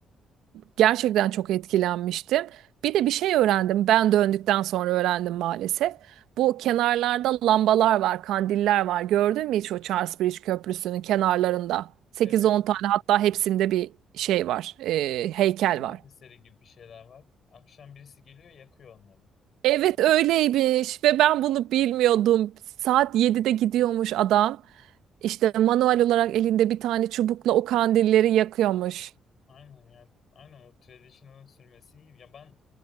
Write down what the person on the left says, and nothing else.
Evet.
Bir Sanat
eseri gibi bir şeyler var. Akşam birisi geliyor yakıyor onları.
Aynen yani aynen o traditional'ın sürmesi iyi. Ya ben